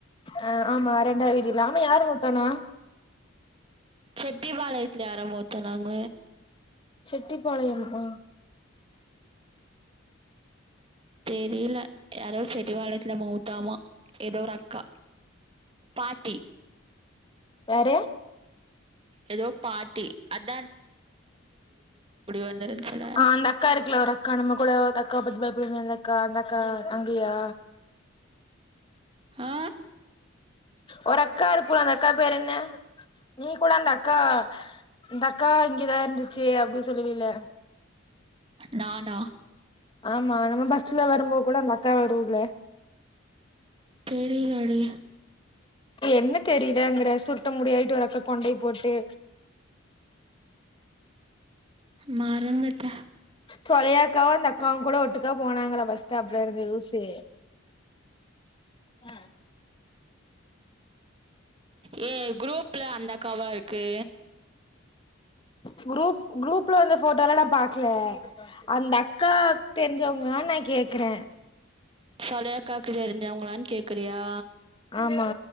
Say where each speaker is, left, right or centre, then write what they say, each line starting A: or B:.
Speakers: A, on the left; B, on the right.
A: ஆ ஆமா ரெண்டாது இதில்லாம யாரு ஒட்டனா
B: செட்டிபாளையத்துல யாரோ மூத்தனாங்க
A: செட்டிப்பாளையம்மா
B: தெரில யாரோ செட்டிபாளயத்துல மௌத்தாமா எதோ ஒரு அக்கா பாட்டி
A: வேற
B: எதோ பாட்டி அந் வந்துருந்துச்சுல
A: ஆ அந்த அக்கா இருக்குல ஒரு அக்கா நம்ம கூட ஒரு தக்காவ பாத்து பயப்புடுவோமே அந்த அக்கா அந்த அக் க்கா அங்கயா
B: ஆ
A: ஒரு அக்கா இருக்குல அந்த அக்கா பேரென்ன நீ கூட அந்த அக்கா இந்த அக்கா இங்கேதா இருந்துச் சே அப்டி சொல்லுவில
B: நானா
A: ஆமா நம்ம பஸ்ல வரும்போ கூட அந்த அக்கா வரூம்ப்ல
B: தெரிலடி
A: என்ன தெரியலங்கற சுருட்ட முடியாயிட்டு ஒரு அக்கா கொண்டய போட்டு
B: மறந்துட்ட
A: சொலையாக்காவும அந்த அக்காவு கூட ஒட்டுக்கா போனாங்கள பஸ்ட்டாப்லருந்து லூசு அ
B: ஏ குரூப்ல அந்தக்காவா இருக்கு
A: குரூப் குரூப்ல வந்த ஃபோட்டோலா நா பாக்ல அந்த அக்கா தெரிஞ்சவங் நா ந கேக்குறே
B: சாலையா காக்கிட்டா இருஞ்அவங்களானு கேக்குறியா
A: ஆமா